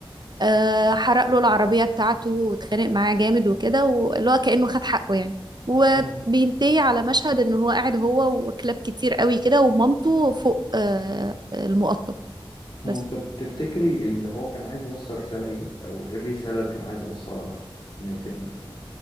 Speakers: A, on the right; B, on the left.
A: آه، حرق له العربية بتاعته واتخانق معاه جامد وكده واللي هو كأنه خد حقه يعني و...
B: مم.
A: بينتهي على مشهد ان هو قاعد هو وكلاب كتير قوي كده ومامته فوق آه، المقطم
B: مم.
A: بس
B: طب تفتكري اللي هو كان عايز يوصل رسالة ايه او ايه الرسالة اللي كان عايز يوصلها من الفيلم ده